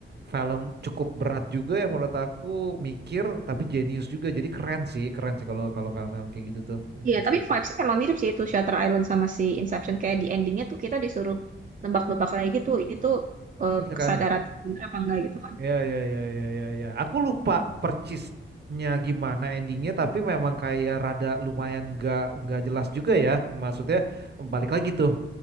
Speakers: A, on the right (about 55°); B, on the right (about 40°).
A: film cukup berat juga yang menurut aku mikir tapi jenius juga, jadi keren sih, keren sih kalau kalau film-film kayak gitu tuh. Inception.
B: Iya, tapi vibes-nya memang mirip sih itu Shutter Island sama si Inception. Kayak di endingnya tuh kita disuruh nebak-nebak lagi gitu. Ini tuh eh,
A: Iya
B: kesadaran
A: kan?
B: bener apa enggak gitu kan.
A: Ya, ya, ya, ya, ya, ya. Aku lupa percisnya gimana endingnya, tapi memang kayak rada lumayan nggak nggak jelas juga ya. Maksudnya balik lagi tuh,